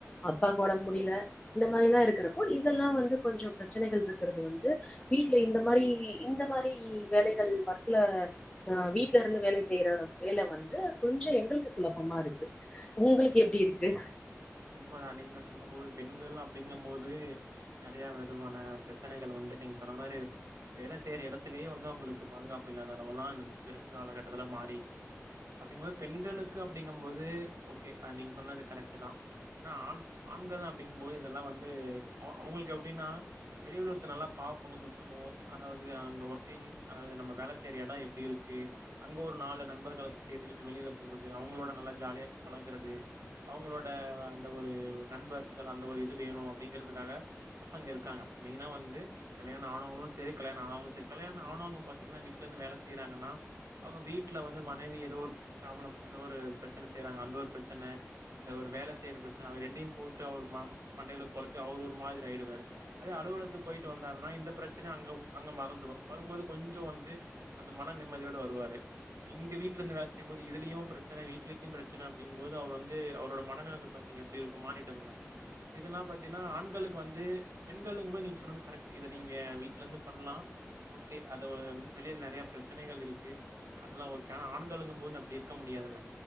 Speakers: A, on the left (about 20°); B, on the right (about 75°).
A: அப் அப்பாக் ஒடம் முடியில இந்த மாரில்லா இருக்குறப்போ இதெல்லா வந்து கொஞ்ச பிரச்சினைகள் இருக்கிறது வந்து வீட்டுல இந்த மாரி இந்த மாரி வேலைகள் ஒர்க்குல அ வீட் வீட்ல இருந்து வேலை செய்யிற வேல வந்து கொஞ்சோ எங்குளுக் சுலபமா இருக்கு உங்ளுக்கு எப்டி இருக்கு
B: உண்மதா நீங்க சொல்லும்போது பெண்கள் அப்டிங்கும் போது நெறைய விதமான பிரச்சினைகள் வந்து நீங்க சொன்ன மாரி வேலை செய்யிற இடத்திலயே வந்து அவுங்களுக்கு பாதுகாப்பு இல்லாத அளவுல்லா இப்ப இருக் காலகட்டத்தில மாரி ச்சு அப்டிங்கும்போது பெண்களுக்கு அப்டிங்கும் போது ஓக்கே நீங்க சொன்னது கரெக்ட்டுதா அனா ஆண் ஆண்கள் அப்பிடிங்கும் போது இதெல்லா வந்து அவ அவங்குளுக்கு எப்டின்னா வெளி உலத்த நல்லா பாக்கணு சுத்தணும் அதாவுது அங்க ஒர்க்கிங் அதாவுது நம்ம வேல செய்யிற எடம் எப்டி இருக்கு அங்க ஒர் நாலு நண்பர்கள சேத்துக்கிட்டு வெளியில போறது அவுங்களோட நல்லா ஜாலியா பழகுறது அவுங்களோட அந்த ஒரு நண்பர்கள் அந்த ஒரு இது வேணு அப்டிங்கிறதுக்காக பசங்க இருக்காங்க மெயினா வந்து கல்யாண ஆனவுங்களும் சேரி கல்யாண ஆனவுங்களும் சேரி கல்யாணே ஆணவங்க பாத்திங்கன்னா வீட்ல இருந்து வேல செய்றாங்குன்னா அவுங் வீட்டுல வந்து மனைவி எதோ பிராபல்லம் அதா ஒரு பிரச்சின செய்றாங்க அந்த ஒரு பிரச்சன இந்த ஒரு வேல செய்யிற சன அவர் ரெண்டையும் போட்டு அவர் மண்டைய குழப்பி அவர் ஒரு மாதிரி ஆயிடுவாரு அதே அலுவலகத்துக்கு போயிட்டு வந்தாருனா இந்த பிரச்சினை அங்க மறந்துரோம் வரும்போது கொஞ்சம் வந்து அந்த மன நிம்மதியோடு வருவாரு இங்க வீட்ல இருந்து வேலை செய்யும்போது இதிலியும் பிரச்சன வீட்லயும் பிரச்சன அப்படின்னும் போது அவர் வந்து அவரோட மன நிலைமை பாத்திங்க எப்டி இருக்கும் மார்னிங் டைம்ல இதுனா பாத்திங்கனா ஆண்களுக்கு வந்து பெண்களுங்கும்போது நீங்க சொன்னது கரெக்ட் இத நீங்க வீல இருந்து பண்ணலா ஓகே வெளியில நிறைய பிரச்சனைகள் இருக்கு அதல்லாம் ஆனா ஆண்களுங்கும் போ அப்டி இருக்க முடியாது